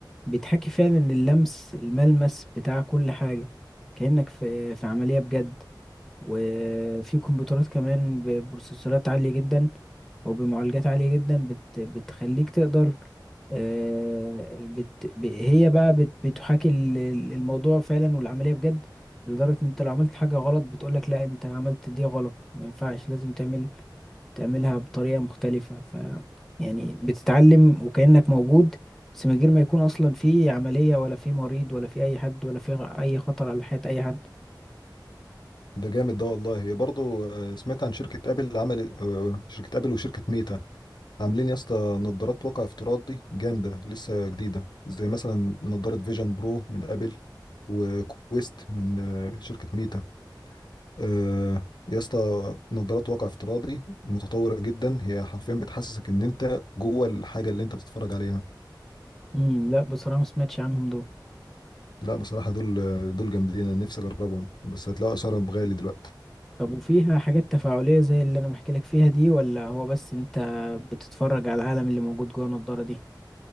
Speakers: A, in the centre; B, on the left.
A: بتحكي فعلا اللمس الملمس بتاع كل حاجة كأنك في في عملية بجد وفي كمبيوترات كمان ببروسيسورات عالية جدا او بمعالجات عالية جدا بت بتخليك تقدر آه، بت ب- هي بقى بت بتحاكي ال- ال- الموضوع فعلا والعملية بجد لدرجة ان انت لو عملت حاجة غلط بتقولك لا انت عملت دي غلط ما ينفعش لازم تعمل تعملها بطريقة مختلفة ف يعني بتتعلم وكأنك موجود بس من غير ما يكون أصلا في عملية ولا في مريض ولا في أي حد ولا في غ- أي خطر على حياة أي حد
B: ده جامد ده والله هي برضه آه، سمعت عن شركة ابل عمل آه، شركة ابل وشركة ميتا عاملين يا اسطى نظارات واقع افتراضي جامدة لسه جديدة زي مثلا نظارة فيجن برو من ابل وكويست من آه، شركة ميتا آه، يا اسطى نظارات واقع افتراضي متطورة جدا هي حرفيا بتحسسك ان انت جوه الحاجة اللي انت بتتفرج عليها
A: امم لا بصراحة ما سمعتش عنهم دول
B: لا بصراحة دول آه، دول جامدين انا نفسي اجربهم بس هتلاقوا اسعارهم غالي دلوقتي
A: طب وفيها حاجات تفاعلية زي اللي أنا بحكي لك فيها دي ولا هو بس أنت بتتفرج على العالم اللي موجود جوه النضارة دي